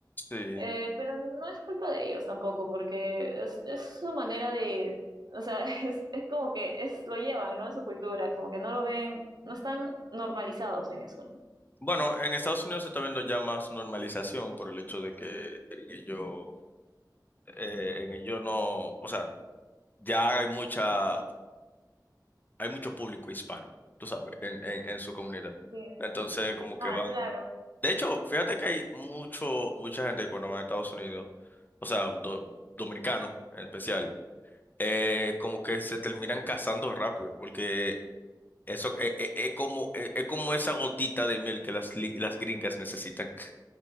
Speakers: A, on the left; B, on the right.
A: Sí.
B: Eh, pero no es culpa de ellos tampoco, porque es, es su manera de, o sea, <laughs> es, es como que es, lo llevan, ¿no? Es su cultura, como que no lo ven, no están normalizados en eso, ¿no?
A: Bueno, en Estados Unidos se está viendo ya más normalización por el hecho de que en ello, eh, en ello no, o sea, ya hay mucha, hay mucho público hispano, tú sabes, en, en, en su comunidad.
B: Sí.
A: Entonces, como que
B: Ah,
A: van.
B: claro.
A: De hecho, fíjate que hay mucho, mucha gente cuando va a Estados Unidos, o sea, do- dominicanos en especial, eh, como que se terminan casando rápido, porque eso eh, eh, es como, eh, es como esa gotita de miel que las, li- las gringas necesitan.